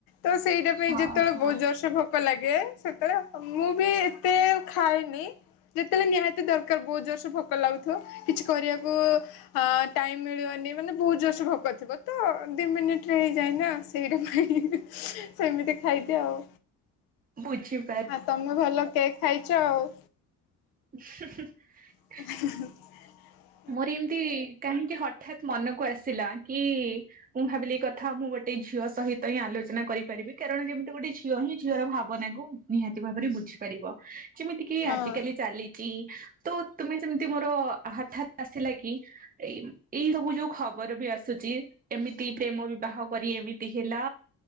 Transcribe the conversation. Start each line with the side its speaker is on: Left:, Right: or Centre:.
Left: ତ ସେଇଟା ପାଇଁ
Right: ହଁ
Left: ଯେତେବେଳେ
Right: ହଁ
Left: ବ ଜୋରସେ ଭୋ ଭୋକ ଲାଗେ ସେତେବେଳେ ମୁଁ ବି ଏତେ ଖାଏନି। ଯେତେବେଳେ ନିହାତି ଦରକାର ବହୁତ ଜୋରସେ ଭୋକ ଲାଗୁଥିବ କିଛି କରିବାକୁ ହଁ ଟାଇମ ମିଳିବନି ମାନେ ବହୁତ ଜୋରସ ଭୋକ ଥିବ ତ ଦି ମିନିଟରେ ହେଇଯାଏନା ସେଇଟା ପାଇଁ ସେମିତି ଖାଇଦିଏ ଆଉ
Right: ବୁଝିବ
Left: ହଁ ତମେ ଭଲ କେକ୍ ଖାଇଛ ଆଉ।
Right: <inaudible>
Left: <inaudible>
Right: ମୋର ଏମିତି କାହିଁକି ହଠାତ୍ ମନକୁ ଆସିଲା କି ମୁଁ ଭାବିଲି ଏଇ କଥା ମୁଁ ଗୋଟେ ଝିଅ ସହିତ ହିଁ ଆଲୋଚନା କରିପାରିବି କାରଣ ଯେମିତି ଗୋଟେ ଝିଅ ହିଁ ଝିଅର ଭାବନାକୁ ନିହାତି ଭାବରେ ବୁଝିପାରିବ। ଯେମିତି କିି
Left: ହଁ।
Right: ଆଜିକାଲି ଚାଲିଛି ତ ତୁମେ ସେମିତି ମୋର ହଠାତ୍ ଆସିଲା କି? ଏଇ ଏଇ ସବୁ ଯୋଉ ଖବର ବି ଆସୁଛି। ଏମିତି ପ୍ରେମ ବିବାହ କରି ଏମିତି ହେଲା।